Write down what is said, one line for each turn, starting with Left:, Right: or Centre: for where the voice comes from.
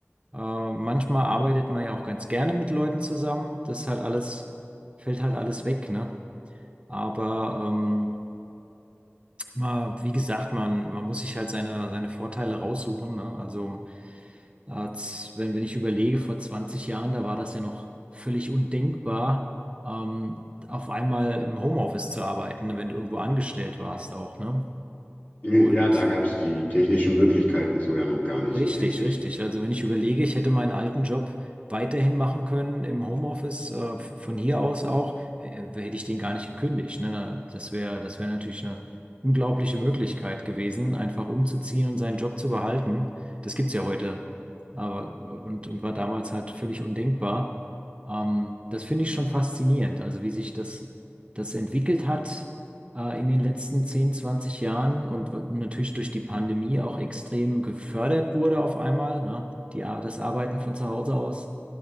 Right: Ähm, manchmal arbeitet man ja auch ganz gerne mit Leuten zusammen. Das ist halt alles, fällt halt alles weg, ne? Aber ähm, mal, wie gesagt, man, man muss sich halt seine, seine Vorteile raussuchen, ne? Also Als, wenn, wenn ich überlege, vor 20 Jahren, da war das ja noch völlig undenkbar, ähm, auf einmal im Homeoffice zu arbeiten, ne, wenn du irgendwo angestellt warst auch, ne?
Left: Ja,
Right: Und
Left: da gab es die technischen Möglichkeiten so ja noch gar nicht
Right: Richtig,
Left: so wirklich.
Right: richtig. Also wenn ich überlege, ich hätte meinen alten Job weiterhin machen können im Homeoffice, äh, f- von hier aus auch, äh, hätte ich den gar nicht gekündigt. Ne? Das wäre, das wäre natürlich eine unglaubliche Möglichkeit gewesen, einfach umzuziehen und seinen Job zu behalten. Das gibt's ja heute. Aber, und, und war damals halt völlig undenkbar. Ähm, das finde ich schon faszinierend, also wie sich das, das entwickelt hat äh, in den letzten 10, 20 Jahren und w- natürlich durch die Pandemie auch extrem gefördert wurde auf einmal, ne? Die, Ar- das Arbeiten von zu Hause aus.